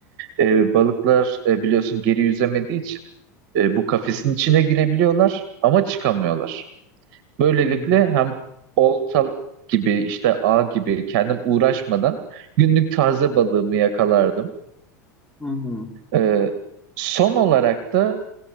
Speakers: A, on the right; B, in the centre.
A: E, balıklar e, biliyorsun geri yüzemediği için e, bu kafesin
B: Hı hı.
A: içine girebiliyorlar ama çıkamıyorlar. Böylelikle
B: Hı
A: hem olta gibi işte ağ gibi kendim uğraşmadan günlük taze balığımı yakalardım.
B: hı. Hı hı.
A: E, son olarak da